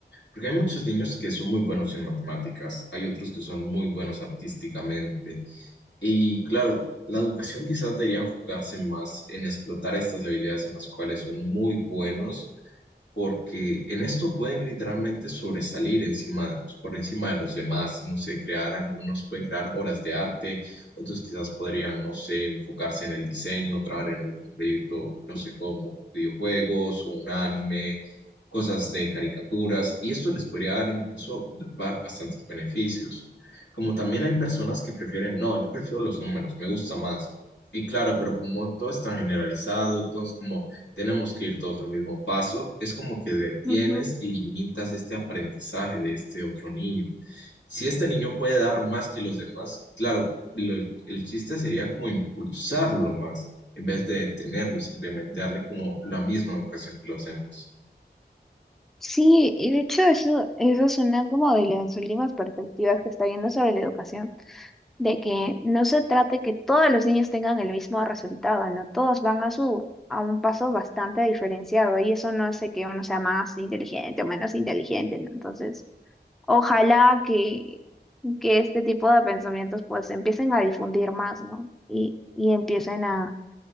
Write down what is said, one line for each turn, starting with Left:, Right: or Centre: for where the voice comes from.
Left: Porque hay muchos niños que son muy buenos en matemáticas, hay otros que son muy buenos artísticamente. Y claro, la educación quizás debería enfocarse más en explotar estas habilidades en las cuales son muy buenos porque en esto pueden literalmente sobresalir encima, por encima de los demás, no sé, crear, algunos pueden crear obras de arte, otros quizás podrían, no sé, enfocarse en el diseño, trabajar en algún proyecto, no sé, como videojuegos o un anime, cosas de caricaturas, y esto les podría dar incluso dar bastantes beneficios. Como también hay personas que prefieren, no, yo prefiero los números, me gusta más. Y claro, pero como todo es tan generalizado, todo es como tenemos que ir todos al mismo paso, es como que detienes
Centre: Ujú.
Left: y limitas este aprendizaje de este otro niño. Si este niño puede dar más que los demás, claro, lo- el chiste sería como impulsarlo más, en vez de detenerlo y simplemente darle como la misma educación que los demás.
Centre: Sí, y de hecho eso, eso es una como de las últimas perspectivas que está viendo sobre la educación. de que no se trate que todos los niños tengan el mismo resultado, ¿no? Todos van a su, a un paso bastante diferenciado y eso no hace que uno sea más inteligente o menos inteligente, ¿no? Entonces, ojalá que, que este tipo de pensamientos pues empiecen a difundir más, ¿no? Y, y empiecen a,